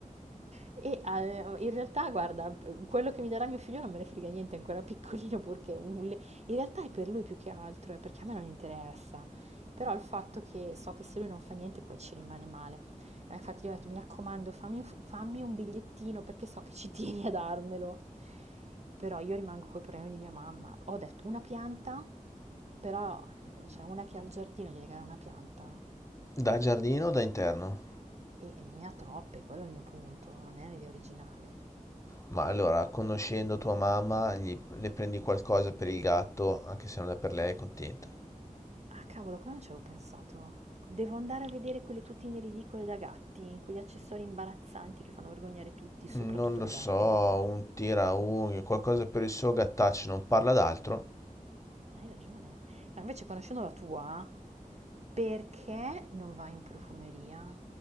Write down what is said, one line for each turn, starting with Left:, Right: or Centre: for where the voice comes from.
Right: E eh, in realtà, guarda, quello che mi darà mio figlio non me ne frega niente, è ancora piccolino, perché un- le- in realtà è per lui più che altro, è perché a me non interessa. Però il fatto che so che se lui non fa niente poi ci rimane male. Eh, infatti gli ho detto, mi raccomando, fammi un, fammi un bigliettino perché so che ci <laughs> tieni a darmelo. Però io rimango col problema di mia mamma. Ho detto una pianta, però eh, c'è cioè una che ha il giardino, gli regala una pianta.
Left: Da giardino o da interno?
Right: E ne ha troppe, quello è il mio punto, non è un'idea originale.
Left: Ma allora, conoscendo tua mamma, gli- le prendi qualcosa per il gatto, anche se non è per lei, è contenta.
Right: Ah, cavolo, qua non ci avevo pensato. Devo andare a vedere quelle tutine ridicole da gatti, quegli accessori imbarazzanti che fanno vergognare tutti, soprattutto
Left: Non lo
Right: il
Left: so,
Right: gatto.
Left: un tiraunghie, qualcosa per il suo gattaccio, non parla d'altro.
Right: Hai ragione. No, invece conoscendo la tua, perché non vai in profumeria?